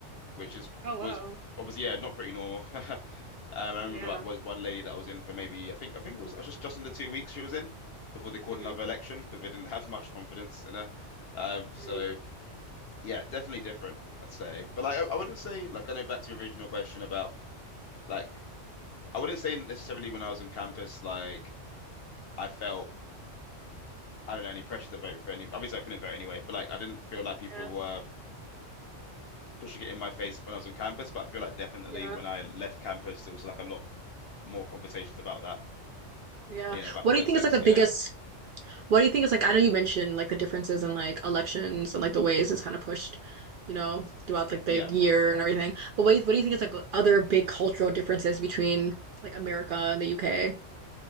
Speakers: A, on the left; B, on the right.
A: which is
B: Oh wow.
A: was obviously yeah not pretty normal. <laughs> um, I remember
B: Yeah.
A: like was one lady that was in for maybe I think I think it was just just under two weeks she was in before they called
B: hmm
A: another election because they didn't <laughs> have much confidence in her. Um,
B: hmm
A: so yeah, definitely different, I'd say. But like I, I wouldn't say like I know back to your original question about like I wouldn't say necessarily when I was on campus like I felt I don't know, any pressure to vote for any. Obviously, I couldn't vote anyway, but like I didn't feel like people
B: Yeah.
A: were pushing it in my face when I was on campus. But I feel like definitely
B: Yeah.
A: when I left campus, there was like a lot more conversations about that,
B: Yeah.
A: you know, about
B: What
A: politics.
B: do you think is like the biggest
A: Yeah,
B: What do you think is like, I know you mentioned like the differences in like elections and like the ways it's kind of pushed, you know, throughout like
A: yeah.
B: the year and everything. But what do you, what do you think is like other big cultural differences between like America and the UK?